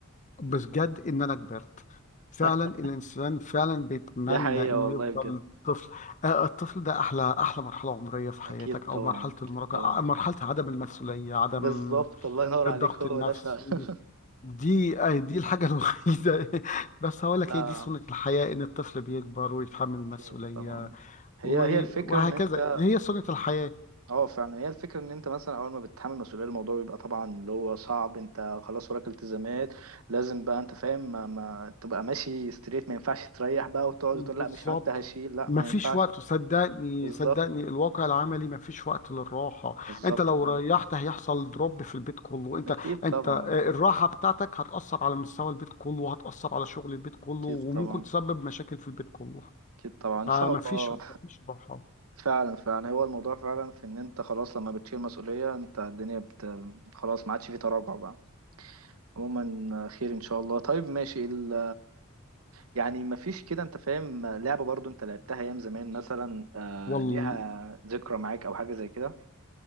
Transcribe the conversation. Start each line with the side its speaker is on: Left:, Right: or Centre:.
Left: بجد ان انا كبرت فعلا
Right: <laughs>
Left: الانسان فعلا بيتمنى
Right: ده حقيقة
Left: انه
Right: والله
Left: يفضل
Right: بجد
Left: طفل آه، الطفل ده احلى احلى مرحله عمريه في حياتك
Right: أكيد
Left: او
Right: طبعا
Left: مرحله المراهقه
Right: أكيد طبعا
Left: آه، مرحله عدم المسؤوليه عدم
Right: بالظبط الله ينور
Left: الضغط
Right: عليك هو
Left: النفسي
Right: ده فعلا <laughs>
Left: دي آه، دي الحاجة الوحيدة <laughs> بس هقول
Right: لا
Left: لك هي دي سنة الحياة إن الطفل بيكبر ويتحمل مسؤولية
Right: أكيد طبعا هي
Left: و-
Right: هي الفكرة
Left: وهكذا
Right: إن أنت
Left: هي سنة الحياة
Right: اه فعلا هي الفكرة ان انت مثلا اول ما بتتحمل مسؤولية الموضوع بيبقى طبعا اللي هو صعب انت خلاص وراك التزامات لازم بقى انت فاهم ما, ما تبقى ماشي ستريت ما ينفعش تريح بقى وتقعد
Left: بالظبط
Right: تقول لا مش انت هشيل لا
Left: مفيش
Right: ما ينفعش
Left: وقت صدقني
Right: بالظبط
Left: صدقني الواقع العملي مفيش وقت للراحة
Right: بالظبط
Left: انت لو
Right: فعلا
Left: ريحت هيحصل دروب في البيت كله انت
Right: اكيد
Left: انت
Right: طبعا
Left: آه، الراحة بتاعتك هتأثر على مستوى البيت كله وهتأثر على شغل البيت كله
Right: اكيد
Left: وممكن
Right: طبعا
Left: تسبب مشاكل في البيت كله
Right: اكيد طبعا ان
Left: فمفيش
Right: شاء الله
Left: مفيش راحة
Right: فعلا فعلا هو الموضوع فعلا في ان انت خلاص لما بتشيل مسؤولية انت الدنيا بت... خلاص ما عادش في تراجع بقى عموما خير ان شاء الله طيب ماشي ال... يعني مفيش كده انت فاهم لعبة برضو انت لعبتها ايام زمان مثلا آه
Left: والله
Right: ليها ذكرى معاك او حاجة زي كده